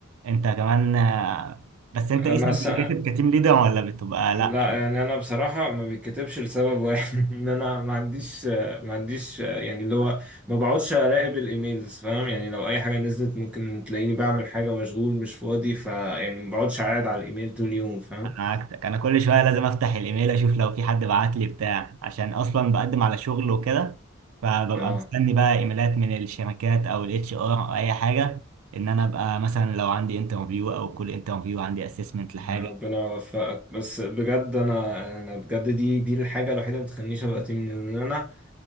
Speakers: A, on the right; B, in the centre.
A: انت كمان آه، بس انت
B: انا
A: اسمك
B: س...
A: بيتكتب كتيم ليدر ولا بتبقى لا
B: لا يعني انا بصراحة ما بيتكتبش لسبب واحد <laughs> ان انا ما عنديش ما عنديش يعني اللي هو ما بقعدش اراقب الايميلز فاهم يعني لو اي حاجة نزلت ممكن تلاقيني بعمل حاجة مشغول مش فاضي فيعني ما بقعدش قاعد على الايميل طول اليوم فاهم
A: انا عكسك انا كل شويه لازم افتح الايميل اشوف لو في حد بعت لي بتاع عشان اصلا بقدم على شغل وكده فببقى
B: اه
A: مستني بقى ايميلات من الشركات او الاتش ار او اي حاجه ان انا ابقى مثلا لو عندي انترفيو او كل انترفيو عندي اسسمنت لحاجه
B: يا ربنا يوفقك بس بجد انا انا بجد دي دي الحاجة الوحيدة اللي ما تخلينيش ابقى تيم ليدر. ان انا